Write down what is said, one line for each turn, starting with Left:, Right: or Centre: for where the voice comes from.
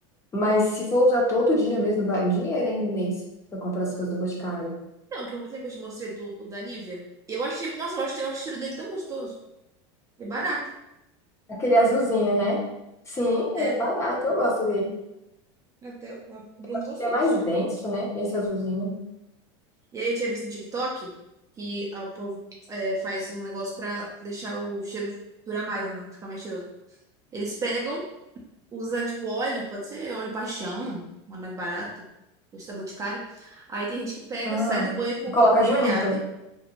Left: Mas se for usar todo dia mesmo, vai um dinheiro hein, no mês pra comprar as coisas do Boticário.
Right: Não, que eu lembro que eu te mostrei do, o da Nivea. Eu achei, nossa, eu acho, eu acho o cheiro dele tão gostoso. É barato.
Left: Aquele azulzinho, né? Sim,
Right: É,
Left: ele é barato. Eu gosto dele.
Right: até o o Bruno
Left: Eu acho
Right: gostou
Left: que ele é mais
Right: do cheiro.
Left: denso, né? Esse azulzinho.
Right: E aí eu tinha visto no TikTok que ah, o povo é, faz um negócio pra deixar o cheiro durar mais, né? Ficar mais cheiroso. Eles pegam, Usa, tipo, óleo, pode ser óleo paixão, um óleo mais barato, esse da Boticário. Aí tem gente que pega,
Left: Ah,
Right: sai do banho com o
Left: coloca
Right: corpo molhado,
Left: junto.